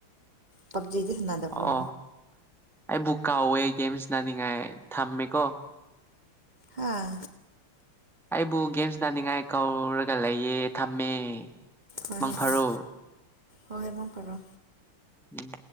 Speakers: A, on the right (about 25°); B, in the centre.
A: ꯄꯞꯖꯤꯗꯤ ꯁꯥꯟꯅꯗꯕ꯭ꯔꯣ
B: ꯑꯣ ꯑꯩꯕꯨ ꯀꯥꯎꯋꯦ ꯒꯦꯝꯁ ꯅꯥꯅꯤꯡꯉꯥꯏ ꯊꯝꯃꯦꯀꯣ
A: ꯍꯥꯥ
B: ꯑꯩꯕꯨ ꯒꯦꯝ ꯁꯥꯟꯅꯅꯤꯡꯉꯥꯏ ꯀꯧꯔꯒ ꯂꯩꯌꯦ ꯊꯝꯃꯦ
A: ꯍꯣꯏ
B: ꯃꯪꯐꯔꯣ
A: ꯍꯣꯏ ꯍꯣꯏ ꯍꯣꯏ ꯃꯪ ꯐꯔꯣ
B: ꯎꯝ